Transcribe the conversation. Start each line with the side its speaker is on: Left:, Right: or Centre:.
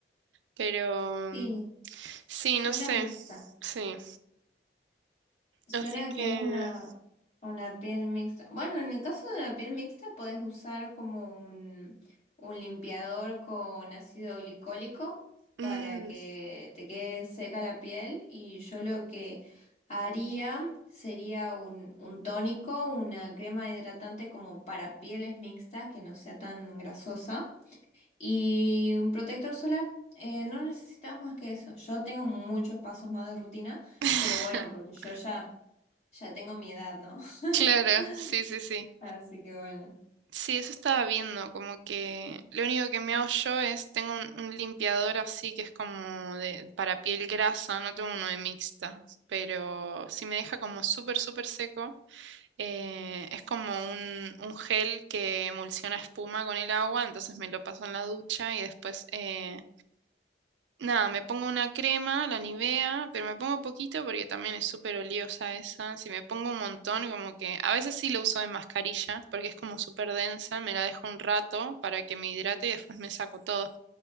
Right: pero
Left: Sí,
Right: mm, sí,
Left: suena
Right: no sé.
Left: mixta.
Right: Sí.
Left: Suena
Right: Así que...
Left: que es una, una piel mixta. Bueno, en el caso de una piel mixta podés usar como un, un limpiador con ácido glicólico
Right: mm.
Left: para que te quede seca la piel y yo lo que haría sería un, un tónico, una crema hidratante como para pieles mixtas que no sea tan grasosa. Y un protector solar, eh, no necesitas más que eso. Yo tengo muchos pasos más de rutina,
Right: <laughs>
Left: pero bueno, porque yo ya, ya tengo mi edad, ¿no? <laughs>
Right: Claro, sí, sí, sí.
Left: Así que bueno.
Right: Sí, eso estaba viendo, como que lo único que me hago yo es, tengo un, un limpiador así que es como de, para piel grasa, no tengo uno de mixta, pero si me deja como súper, súper seco, eh, es como un, un gel que emulsiona espuma con el agua, entonces me lo paso en la ducha y después eh, Nada, me pongo una crema, la Nivea, pero me pongo poquito porque también es súper oliosa esa. Si me pongo un montón, como que a veces sí lo uso de mascarilla porque es como súper densa, me la dejo un rato para que me hidrate y después me saco todo.